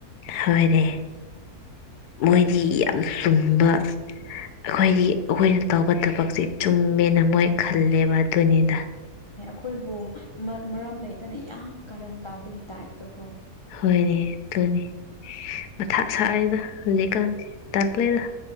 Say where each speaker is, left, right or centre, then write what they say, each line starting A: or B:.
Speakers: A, on the left; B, on the left.
A: ꯍꯣꯏꯅꯦ ꯃꯣꯏꯗꯤ ꯌꯥꯝ ꯆꯨꯝꯕ ꯑꯈꯣꯏꯗꯤ ꯑꯈꯣꯏꯅ ꯇꯧꯕ ꯊꯕꯛꯁꯦ ꯆꯨꯝꯃꯦꯅ ꯃꯣꯏ ꯈꯜꯂꯦꯕ ꯑꯗꯨꯅꯤꯗ
B: ꯈꯣꯏꯕꯨ ꯃ ꯃꯔꯝ ꯂꯩꯇꯅ ꯌꯥꯝ ꯀꯥꯔꯟ ꯇꯥꯕꯒꯤ ꯇꯥꯏꯞꯇ ꯀꯣ
A: ꯍꯣꯏꯅꯦ ꯑꯗꯨꯅꯤ ꯃꯊꯥ ꯁꯥꯢꯗ ꯍꯧꯖꯤꯛꯀꯥꯟꯗꯤ ꯇꯂꯦꯗ